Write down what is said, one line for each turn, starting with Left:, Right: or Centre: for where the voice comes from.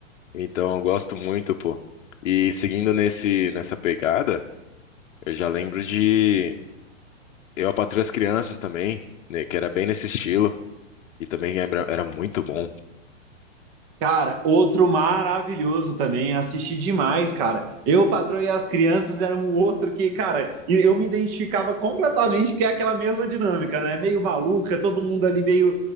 Left: Então eu gosto muito, pô. E seguindo nesse nessa pegada, eu já lembro de Eu, a Patroa e as Crianças também, né, que era bem nesse estilo e também lembra- era muito bom.
Right: Cara, outro maravilhoso também, assisti demais, cara. Eu, Patroa e as Crianças era um outro que, cara, e eu me identificava completamente, porque é aquela mesma dinâmica, né? Meio maluca, todo mundo ali meio